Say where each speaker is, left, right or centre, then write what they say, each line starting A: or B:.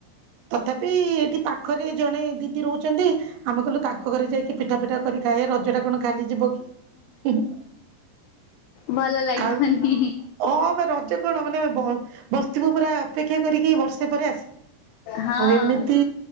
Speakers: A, on the right; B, on the left.
A: ତଥାପି-ଇ-ଇ ଏଠି ପା ପାଖରେ ଜଣେ ଦିଦି ରହୁଛନ୍ତି ଆମେ କହିଲୁ ତାଙ୍କ ଘରେ ଯାଇକି ପିଠାଫିଠା କରିକି ଖାଇବା ରଜଟା କଣ ଖାଲି ଯିବ କି ହୁଁ-ହୁଁ
B: ଭଲ ଲାଗିବନି
A: ଆଉ ହଁ ବେ ରଜ କଣ ମାନେ ବ ବସିଥିବୁ ପୁରା ଅପେକ୍ଷା କରିକି ବର୍ଷେ ପରେ ଆସିବ।
B: ହଁ
A: ଆଉ ଏମିତି